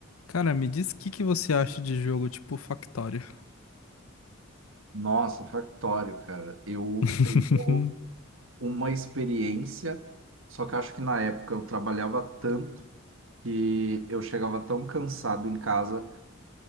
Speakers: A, on the left (about 80°); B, on the right (about 65°).
A: Cara, me diz o que que você acha de jogo tipo Factorio.
B: Nossa, Factório, cara. Eu
A: <laughs>
B: tenho uma experiência, só que eu acho que na época eu trabalhava tanto que eu chegava tão cansado em casa